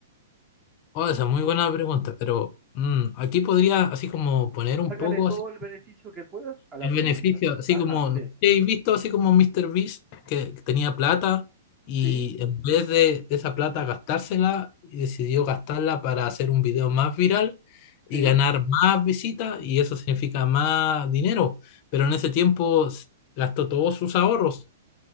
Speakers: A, on the left; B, on the right.
A: Oh, esa es muy buena pregunta, pero mm, aquí podría así como poner un
B: Sácale
A: poco
B: todo
A: así.
B: el beneficio que puedas a la
A: El
B: pregunta.
A: beneficio, así
B: Ajá,
A: como, no
B: sí.
A: sé si habéis visto así como Mr. Beast, que, que tenía plata y
B: Sí,
A: en vez de esa plata gastársela, decidió gastarla para hacer un video más viral
B: sí,
A: y ganar más visitas y eso significa más dinero. Pero en ese tiempo s- gastó todos sus ahorros.